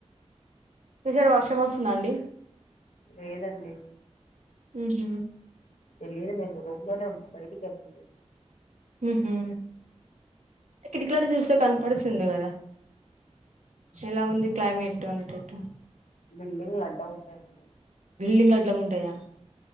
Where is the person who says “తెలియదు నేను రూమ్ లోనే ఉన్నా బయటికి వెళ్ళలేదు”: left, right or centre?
Left